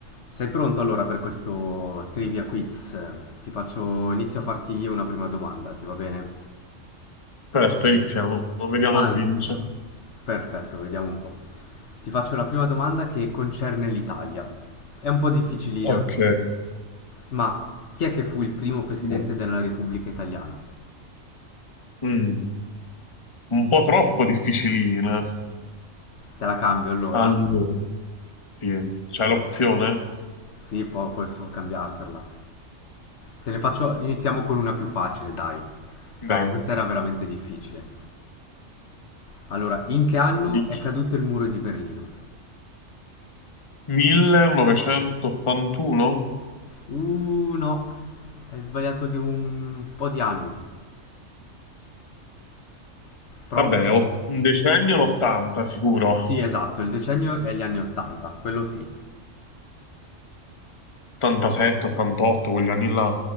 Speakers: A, on the left; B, on the left.
A: Sei pronto allora per questo trivia quiz? Ti faccio, inizio a farti io una prima domanda, ti va bene?
B: Certo, iniziamo, vediamo
A: Allora,
B: chi vince.
A: perfetto, vediamo un po'. Ti faccio la prima domanda che concerne l'Italia. È un po' difficilina,
B: Ok,
A: ma chi è che fu il primo presidente
B: no.
A: della Repubblica Italiana?
B: Mm, un po' troppo difficilina.
A: Te la cambio allora?
B: Allora, sì. C'è l'opzione?
A: Sì, poi posso cambiartela. Te ne faccio, iniziamo con una più facile, dai,
B: Dai,
A: perché questa era veramente difficile. Allora, in che anno
B: dici.
A: è caduto il muro di Berlino?
B: 1981?
A: Uh, no, è sbagliato di un po' di anni. Però,
B: Vabbè, o- un decennio l'80 sicuro.
A: sì, esatto, il decennio è gli anni 80, quello sì.
B: 87, 88, quegli anni là.